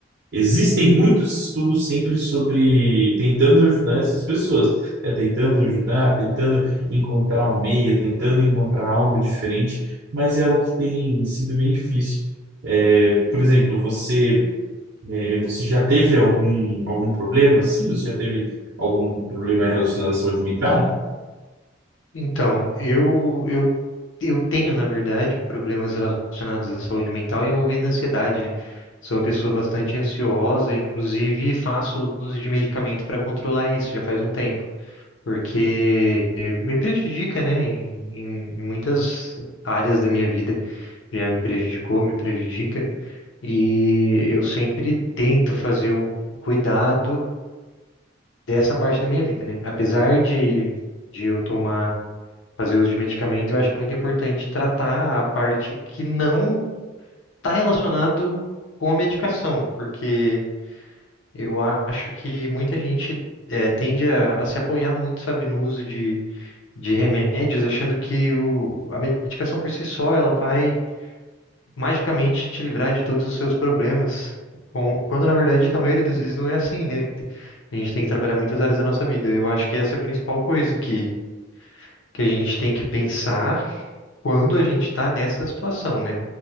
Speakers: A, on the right; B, on the left.
A: Existem muitos estudos sempre sobre tentando ajudar essas pessoas. É, tentando ajudar, tentando encontrar um meio, tentando encontrar algo diferente, mas é algo que tem sido bem difícil. É, por exemplo, você, é, você já teve algum, algum problema? Sim, você já teve algum problema relacionado à saúde mental?
B: Então, eu, eu, eu tenho, na verdade, problemas relacionados à saúde mental envolvendo ansiedade, né? Sou uma pessoa bastante ansiosa, inclusive faço uso de medicamento para controlar isso já faz um tempo, porque me prejudica, né? Em, em em muitas áreas da minha vida já me prejudicou, me prejudica, e eu sempre tento fazer o cuidado dessa parte da minha vida, né? Apesar de, de eu tomar fazer uso de medicamento, eu acho que é muito importante tratar a parte que não está relacionado com a medicação, porque eu acho que muita gente eh, tende a, a se apoiar muito, sabe, no uso de, de remédios, achando que o, a medicação por si só ela vai magicamente te livrar de todos os seus problemas. com- Quando, na verdade, na maioria das vezes não é assim, né? A gente tem que trabalhar muitas áreas da nossa vida. Eu acho que essa é a principal coisa que que a gente tem que pensar quando a gente está nessa situação, né?